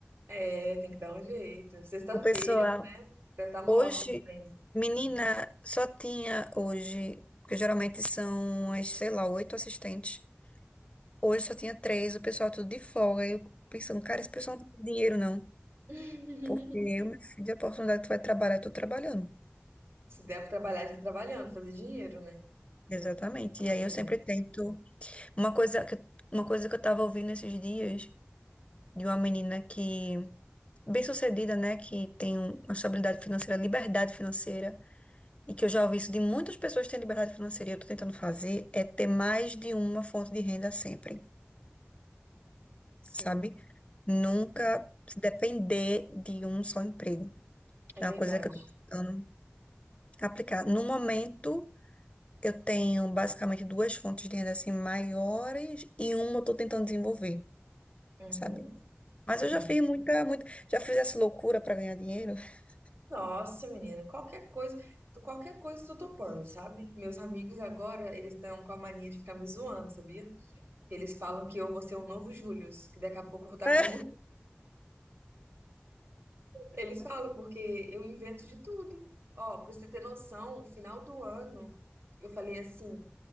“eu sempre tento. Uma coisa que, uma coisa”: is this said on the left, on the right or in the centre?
Left